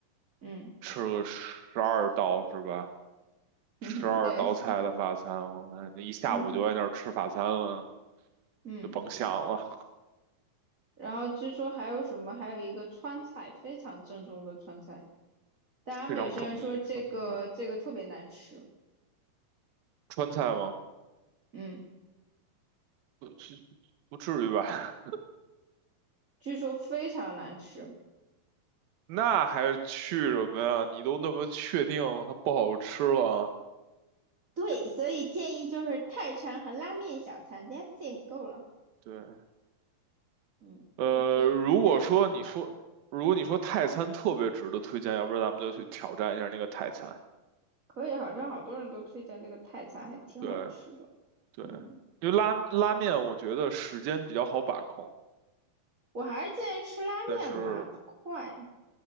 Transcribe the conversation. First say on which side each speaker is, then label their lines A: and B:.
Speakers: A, on the right; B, on the right.
A: 嗯，
B: 吃个十二道是吧？
A: <laughs> 哼哼，
B: 十二道菜的法餐，
A: 对，是
B: 我看那一下午就在那儿吃法餐了，
A: 嗯嗯，
B: 就甭想了，
A: 然后据说还有什么，还有一个川菜，非常正宗的川菜，但他们有些人说这个这个特别难吃，
B: 非常正宗的川菜。川菜吗？
A: 嗯，
B: 不不至于吧？
A: 据说非常难吃。
B: <laughs> 那还去什么呀？你都那么确定它不好吃了，
A: 对，所以建议就是泰餐和拉面小餐 t h a t 够了。
B: 对。
A: 嗯，
B: 呃，
A: 我觉得应该就不用考虑了。
B: 如果说你说，如果你说泰餐特别值得推荐，要不然咱们就去挑战一下那个泰餐。
A: 可以，好像好多人都推荐这个泰餐，还挺好吃的。
B: 对对，
A: 嗯，
B: 因为拉拉面，我觉得时间比较好把控，
A: 我还是建议吃拉面吧，
B: 但是
A: 快。